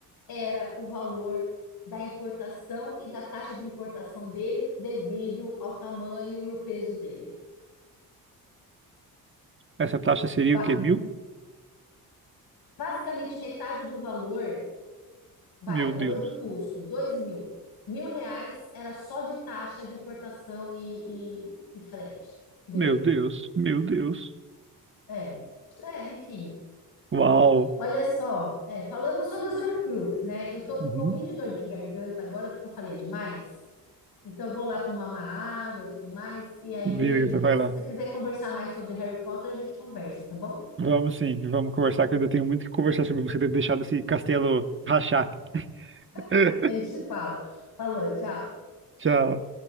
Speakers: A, on the left (about 75°); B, on the right (about 30°).
A: era o valor da importação e da taxa de importação dele devido ao tamanho e o peso dele.
B: Essa taxa seria
A: Ba-
B: o quê? Mil?
A: basicamente, metade do valor, vai,
B: Meu
A: o valor
B: Deus,
A: de custo, dois mil. Mil reais era só de taxa de importação e, e, e frete dele.
B: meu Deus, meu Deus.
A: É, é, enfim.
B: Uau!
A: Olha só, é, falamos sobre as Horcrux, né? Eu tô com
B: Uhum.
A: um pouquinho de dor de garganta agora porque eu falei demais. Então eu vou lá tomar uma água e tudo mais. E aí,
B: Beleza,
A: depois,
B: vai
A: se
B: lá.
A: você quiser conversar mais sobre Harry Potter, a gente conversa, tá bom?
B: Vamos sim, vamos conversar, que eu ainda tenho muito que conversar sobre você ter deixado esse castelo rachar. <laughs>
A: <laughs> A gente fala. Falou, tchau.
B: Tchau.